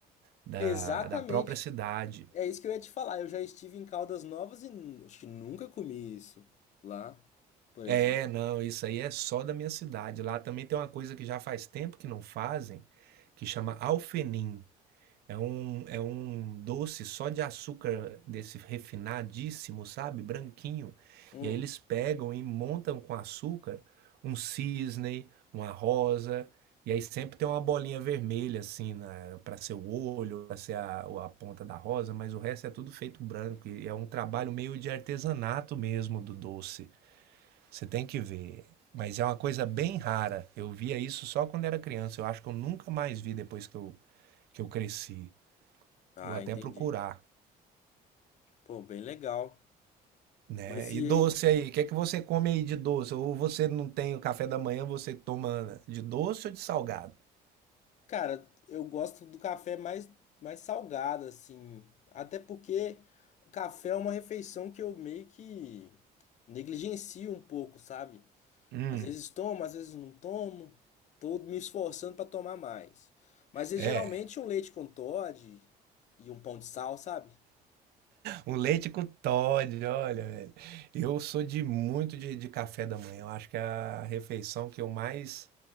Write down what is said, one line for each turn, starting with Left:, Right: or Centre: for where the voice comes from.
Right: da,
Left: Exatamente.
Right: da própria cidade.
Left: É isso que eu ia te falar. Eu já estive em Caldas Novas e nu- acho que nunca comi isso lá, por
Right: É,
Left: exemplo.
Right: não, isso aí é só da minha cidade. Lá também tem uma coisa que já faz tempo que não fazem, que chama alfenim. É um, é um doce só de açúcar desse refinadíssimo, sabe? Branquinho.
Left: Hum.
Right: E aí eles pegam e montam com açúcar um cisne, uma rosa, e aí sempre tem uma bolinha vermelha assim para ser o olho, para ser a, a ponta da rosa, mas o resto é tudo feito branco. E é um trabalho meio de artesanato mesmo do doce. Você tem que ver. Mas é uma coisa bem rara. Eu via isso só quando era criança. Eu acho que eu nunca mais vi depois que eu, que eu cresci.
Left: Ah,
Right: Vou até
Left: entendi.
Right: procurar,
Left: Pô, bem legal.
Right: né?
Left: Mas
Right: E
Left: e
Right: doce
Left: aí?
Right: aí, o que é que você come aí de doce? Ou você não tem o café da manhã, você toma de doce ou de salgado?
Left: Cara, eu gosto do café mais, mais salgado, assim. Até porque café é uma refeição que eu meio que negligencio um pouco, sabe?
Right: Hum,
Left: Às vezes tomo, às vezes não tomo. Tô me esforçando pra tomar mais. Mas é
Right: é.
Left: geralmente um leite com Toddy e um pão de sal, sabe?
Right: Um leite com Toddy, olha, velho. Eu sou de muito de, de café da manhã. Eu acho que é a refeição que eu mais